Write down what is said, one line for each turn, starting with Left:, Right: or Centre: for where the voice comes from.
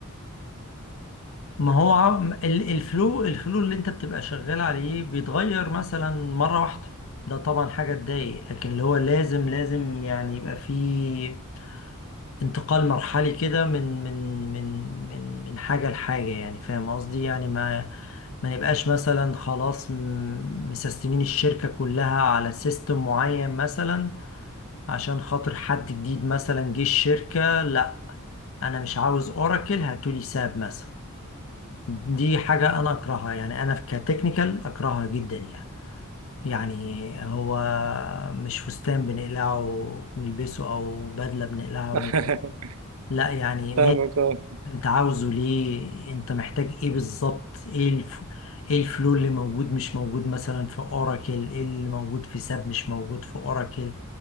Left: ما هو عم- ال- الفلو الفلو اللي انت بتبقى شغال عليه بيتغير مثلا مرة واحدة ده طبعا حاجة تضايق لكن اللي هو لازم لازم يعني يبقى فيه انتقال مرحلي كده من من من من من حاجة لحاجة يعني فاهم قصدي يعني ما ما نبقاش مثلا خلاص م- مسستمين الشركة كلها على سيستم معين مثلا عشان خاطر حد جديد مثلا جه الشركة لا انا مش عاوز اوراكل هاتولي ساب مثلا دي حاجة أنا أكرهها يعني أنا كتكنيكال أكرهها جدا يعني يعني هو مش فستان بنقلعه ونلبسه أو بدلة بنقلعها
Right: <laughs>
Left: ونلبسه لا يعني
Right: فاهمك
Left: ماشي
Right: اه
Left: أنت عاوزه ليه أنت محتاج إيه بالظبط إيه الف... إيه الفلو اللي موجود مش موجود مثلا في أوراكل إيه اللي موجود في ساب مش موجود في أوراكل